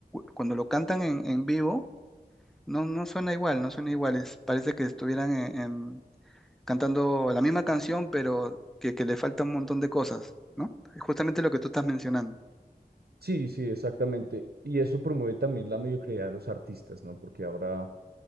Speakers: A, in the centre; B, on the right.
A: cuando lo cantan en, en vivo, no, no suena igual, no suena igual. es- parece que estuvieran en, cantando la misma canción, pero que, que le falta un montón de cosas, ¿no? Justamente lo que tú estás mencionando.
B: Sí, sí, exactamente. Y eso promueve también la mediocridad de los artistas, ¿no? Porque ahora,